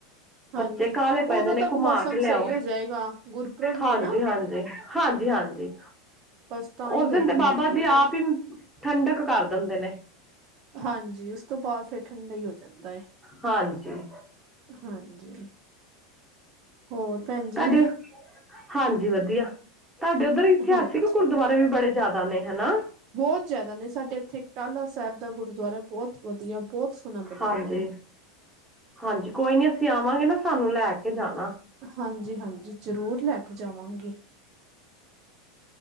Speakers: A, on the right; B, in the centre.
A: ਹਾਂਜੀ
B: ਬੱਚੇ ਕਾਹਲੇ ਪੈਂਦੇ
A: ਉਦੋਂ
B: ਨੇ
A: ਤੱਕ
B: ਘੁਮਾ
A: ਮੌਸਮ
B: ਕੇ ਲਿਆਓ
A: ਸਹੀ ਹੋ ਜਾਏਗਾ ਗੁਰਪੁਰਬ ਹੀ
B: ਹਾਂਜੀ
A: ਹੈ ਨਾ
B: ਹਾਂਜੀ ਹਾਂਜੀ ਹਾਂਜੀ
A: ਬਸ ਤਾਂ ਹੀ
B: ਉਸ
A: ਗਰਮੀ
B: ਦਿਨ ਤੇ ਬਾਬਾ
A: ਹੋਈ ਦੀ
B: ਜੀ
A: ਬਹੁਤ
B: ਆਪ ਹੀ ਠੰਡਕ ਕਰ ਦਿੰਦੇ ਨੇ
A: ਹਾਂਜੀ ਉਸ ਤੋਂ ਬਾਅਦ ਫੇਿਰ ਠੰਡਾ ਹੀ ਹੋ ਜਾਂਦਾ ਹੈ
B: ਹਾਂਜੀ
A: ਹਾਂਜੀ ਹੋਰ ਭੈਣ ਜੀ
B: ਤੁਹਾਡੇ ਹਾਂਜੀ ਵਧੀਆ ਤੁਹਾਡੇ ਉੱਧਰ ਇਤਿਹਾਸਿਕ
A: ਹਾਂਜੀ।
B: ਗੁਰਦੁਆਰੇ ਵੀ ਬੜੇ ਜ਼ਿਆਦਾ ਨੇ ਹਨਾ
A: ਬਹੁਤ ਜਿਆਦਾ ਨੇ ਸਾਡੇ ਇੱਥੇ ਟਾਲਾ ਸਾਹਿਬ ਦਾ ਗੁਰੂਦੁਆਰਾ ਬਹੁਤ ਵਧੀਆ ਬਹੁਤ ਸੋਹਣਾ ਬਣਿਆ
B: ਹਾਂਜੀ
A: ਆ <inaudible>
B: ਹਾਂਜੀ ਕੋਈ ਨੀ ਅਸੀਂ ਆਵਾਂਗੇ ਨਾ ਸਾਨੂੰ ਲੈ ਕੇ ਜਾਣਾ
A: ਹਾਂਜੀ ਹਾਂਜੀ ਜ਼ਰੂਰ ਲੈ ਕੇ ਜਾਵਾਂਗੇ